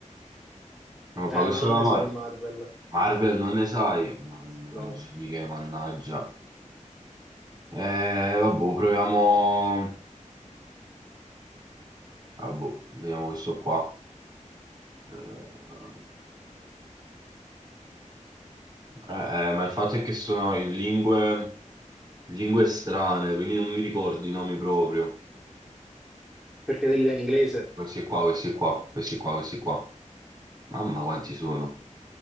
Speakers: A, on the right (about 30°); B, in the centre.
A: No, fa
B: Eh,
A: questo
B: ma non
A: della
B: ne
A: Marvel.
B: so di Marvel.
A: Marvel non ne sai. Mannaggia,
B: No,
A: mica, mannaggia. Eh, vabbè, proviamo. Vabbè, vediamo questo qua. Eh, eh, eh, ma il fatto è che sono in lingue, lingue strane, quindi non mi ricordo i nomi proprio.
B: perché te li dai in inglese?
A: Questi qua, questi qua, questi qua, questi qua. Mamma quanti sono.